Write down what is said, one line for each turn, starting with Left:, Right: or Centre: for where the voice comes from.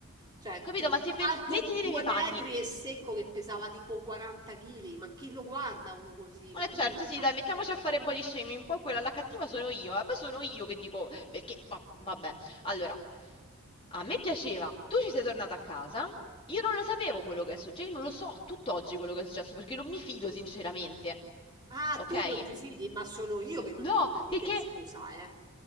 Right: Cioè,
Left: Capito?
Right: t-
Left: Ma se per...
Right: alto
Left: Mettiti
Right: due
Left: nei miei panni.
Right: metri e secco che pesava tipo 40 kg, ma chi lo guarda uno così? Ma
Left: Eh
Right: non
Left: certo,
Right: mi piace.
Left: sì, dai, mettiamoci a fare body shaming. Poi quella la cattiva sono io, eh. Poi sono io che dico perché va- vabbè. Allora, a me piaceva. Tu ci sei tornata a casa? Io non lo sapevo quello che è successo, io non lo so tutt'oggi quello che è successo perché non mi fido sinceramente.
Right: Ah,
Left: Ok?
Right: tu non ti fidi, ma sono io che non
Left: No,
Right: mi fido di
Left: perché
Right: te, scusa, eh.